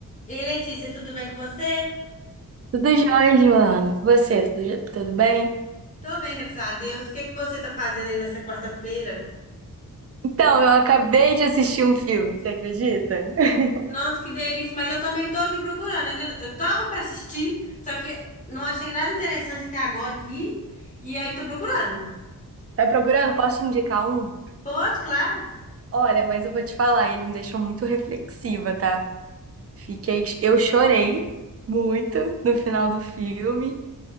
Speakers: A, on the left; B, on the right.
A: E Letícia, tudo bem com você?
B: Tudo jóia, Joana? E Você, tudo, jo- tudo bem?
A: Tô bem, graças a Deus. O que que você tá fazendo aí nessa quarta-feira?
B: Então, eu acabei de assistir um filme, você acredita? <laughs>
A: Nossa, que delícia, mas eu também tô aqui procurando. ainda- Eu tava pra assistir, só que não achei nada interessante até agora aqui. E aí tô procurando.
B: Tá procurando? Posso te indicar um?
A: Pode, claro.
B: Olha, mas eu vou te falar, ele me deixou muito reflexiva, tá? Fiquei, eu chorei muito no final do filme,